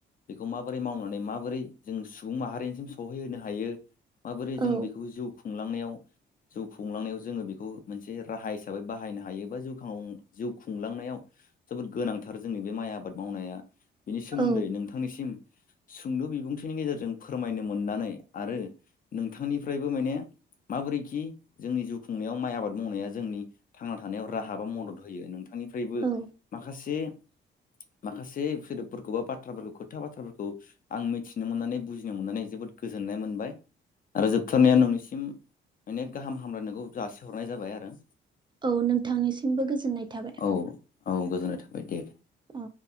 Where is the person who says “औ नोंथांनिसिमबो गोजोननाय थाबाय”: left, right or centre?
Right